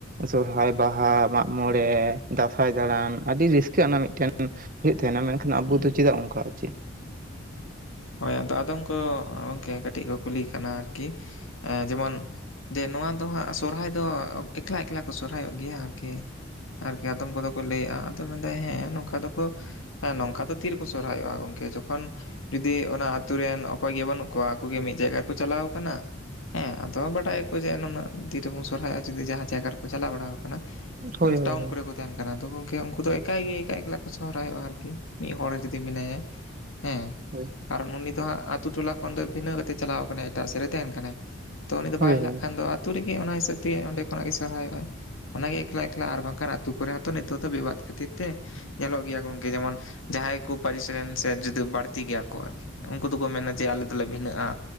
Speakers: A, on the right (about 45°); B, on the left (about 80°).
A: ᱥᱚᱦᱟᱭ ᱵᱟᱦᱟ ᱢᱟᱜᱢᱚᱬᱮ ᱫᱟᱸᱥᱟᱭ ᱫᱟᱬᱟᱱ ᱟᱹᱰᱤ ᱨᱟᱹᱥᱠᱟᱹ ᱟᱱᱟᱜ ᱢᱤᱫᱴᱮᱱ ᱦᱩᱭᱩᱜ ᱛᱟᱦᱮᱱᱟ ᱢᱮᱱᱠᱷᱟᱱ ᱟᱵᱚ
B: ᱦᱩᱸ
A: ᱫᱚ ᱪᱮᱫᱟᱜ ᱚᱱᱠᱟ ᱦᱮᱪᱮ᱾
B: ᱦᱳᱭ ᱟᱫᱚ ᱟᱫᱚᱢ ᱠᱚ ᱜᱚᱢᱠᱮ ᱠᱟᱹᱴᱤᱡ ᱠᱚ ᱠᱩᱞᱤ ᱠᱟᱱᱟ ᱟᱨᱠᱤ ᱡᱮᱢᱚᱱ ᱡᱮ ᱱᱚᱣᱟ ᱫᱚ ᱦᱟᱸᱜ ᱥᱚᱨᱦᱟᱭ ᱫᱚ ᱮᱠᱞᱟ ᱮᱠᱞᱟ ᱠᱚ ᱥᱚᱨᱦᱟᱭᱚᱜ ᱜᱮᱭᱟ ᱟᱨᱠᱤ ᱟᱨᱠᱤ ᱟᱫᱚᱢ ᱠᱚᱫᱚ ᱠᱚ ᱞᱟᱹᱭᱮᱜᱼᱟ ᱟᱫᱚᱚᱢ ᱢᱮᱱᱫᱟ ᱦᱮᱸ ᱱᱚᱝᱠᱟ ᱫᱚᱠᱚ ᱦᱮᱸ ᱱᱚᱝᱠᱟ ᱫᱚ ᱛᱤ ᱨᱤᱠᱚ ᱥᱚᱨᱦᱟᱭᱚᱜᱼᱟ ᱜᱚᱝᱠᱮ ᱡᱚᱠᱷᱚᱱ ᱡᱩᱫᱤ ᱚᱱᱟ ᱟᱛᱩ ᱨᱮᱱ ᱚᱠᱚᱭ ᱜᱮ ᱵᱟᱹᱱᱩᱜ ᱠᱚᱣᱟ ᱟᱠᱚ ᱜᱮ ᱢᱤᱫ ᱡᱟᱭᱜᱟ ᱨᱮᱠᱚ ᱪᱟᱞᱟᱣ ᱠᱟᱱᱟ ᱦᱮᱸ ᱟᱫᱚ ᱵᱟᱰᱟᱭᱟᱠᱚ ᱡᱮ ᱱᱩᱱᱟᱹᱜ ᱫᱤᱱᱨᱮᱵᱚᱱ ᱥᱚᱨᱦᱟᱭᱚᱜᱼᱟ ᱡᱩᱫᱤ ᱡᱟᱦᱟᱸ ᱡᱟᱭᱜᱟ ᱨᱮᱠᱚ ᱪᱟᱞᱟᱣ ᱵᱟᱲᱟ ᱠᱟᱱᱟ
A: ᱦᱳᱭ ᱦᱳᱭ
B: ᱴᱟᱣᱩᱱ
A: ᱦᱳᱭ
B: ᱠᱚᱨᱮ ᱠᱚ ᱛᱟᱦᱮᱱᱟ ᱠᱟᱱᱟ ᱛᱚ ᱜᱚᱝᱠᱮ ᱩᱱᱠᱩ ᱫᱚ ᱮᱠᱟᱭ ᱜᱮ ᱮᱠᱞᱟ ᱮᱠᱞᱟ ᱠᱚ ᱥᱚᱦᱨᱟᱭᱚᱜᱼᱟ ᱟᱨᱠᱤ ᱢᱤᱫ ᱦᱚᱲ ᱡᱩᱫᱤ ᱢᱮᱱᱟᱭᱟ ᱦᱮᱸ
A: ᱦᱳᱭ
B: ᱠᱟᱨᱚᱱ ᱩᱱᱤ ᱫᱚ ᱦᱟᱸᱜ ᱟᱛᱳ ᱴᱚᱞᱟ ᱠᱷᱚᱱ ᱫᱚᱭ ᱵᱷᱤᱱᱟᱹ ᱠᱟᱛᱮ ᱪᱟᱞᱟᱣ ᱠᱟᱱᱟᱭ ᱮᱴᱟᱜ ᱥᱮᱜ ᱨᱮ ᱛᱟᱦᱮᱱ ᱠᱟᱱᱟᱭ ᱛᱚ ᱩᱱᱤ ᱫᱚ ᱵᱟᱭ
A: ᱦᱳᱭ ᱦᱳᱭ
B: ᱪᱟᱜ ᱠᱷᱟᱱ ᱫᱚ ᱟᱛᱩ ᱨᱤᱜᱤ ᱚᱱᱟ ᱦᱤᱥᱟᱹᱵᱽ ᱛᱮᱜᱮ ᱚᱸᱰᱮ ᱠᱷᱚᱱᱟᱜ ᱜᱮ ᱥᱚᱨᱦᱟᱭᱚᱜᱼᱟ ᱚᱱᱟᱜᱮ ᱮᱠᱞᱟ ᱮᱠᱞᱟ ᱟᱨ ᱵᱟᱝᱠᱷᱟᱱ ᱟᱛᱩ ᱠᱚ ᱨᱮᱦᱚᱛᱚ ᱱᱤᱛᱚᱜ ᱛᱚ ᱵᱤᱵᱟᱫ ᱠᱷᱟᱹᱛᱤᱨ ᱛᱮ ᱧᱮᱞᱚᱜ ᱜᱮᱭᱟ ᱜᱚᱝᱠᱮ ᱡᱮᱢᱚᱱ ᱡᱟᱦᱟᱸᱭ ᱠᱚ ᱯᱟᱹᱨᱤᱥ ᱨᱮᱱ ᱥᱮ ᱡᱩᱫᱟ. ᱵᱟᱹᱲᱛᱤ ᱜᱮᱭᱟ ᱠᱚ ᱠᱚ ᱟᱨᱠᱤ ᱩᱱᱠᱩ ᱫᱚᱠᱚ ᱢᱮᱱᱟ ᱡᱮ ᱟᱞᱮ ᱫᱚᱞᱮ ᱵᱷᱤᱱᱟᱹᱜᱼᱟ